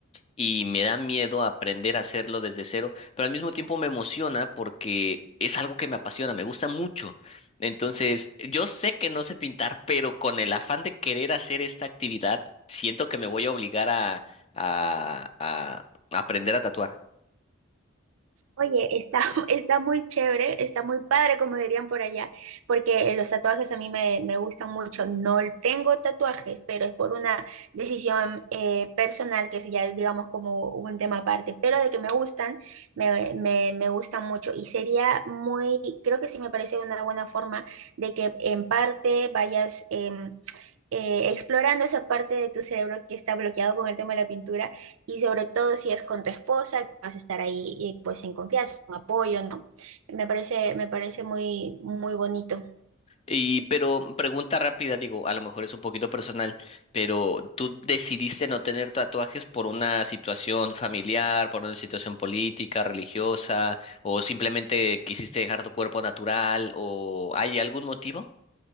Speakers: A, on the left (about 30°); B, on the right (about 80°).
A: y me da miedo aprender a hacerlo desde cero, pero al mismo tiempo me emociona porque es algo que me apasiona, me gusta mucho. Entonces, yo sé que no sé pintar, pero con el afán de querer hacer esta actividad, siento que me voy a obligar a, a, a aprender a tatuar.
B: Oye, está, <laughs> está muy chévere, está muy padre, como dirían por allá, porque eh, los tatuajes a mí me, me gustan mucho. No tengo tatuajes, pero es por una decisión eh, personal, que es ya, digamos, como un tema aparte, pero de que me gustan, me, me, me gustan mucho. Y sería muy, creo que sí me parece una buena forma de que en parte vayas... em, eh, explorando esa parte de tu cerebro que está bloqueado con el tema de la pintura y sobre todo si es con tu esposa, que vas a estar ahí eh, pues en confianza, con apoyo, ¿no? Me parece, me parece muy, muy bonito.
A: Y, pero pregunta rápida, digo, a lo mejor es un poquito personal, pero ¿tú decidiste no tener tatuajes por una situación familiar, por una situación política, religiosa, o simplemente quisiste dejar tu cuerpo natural, o hay algún motivo?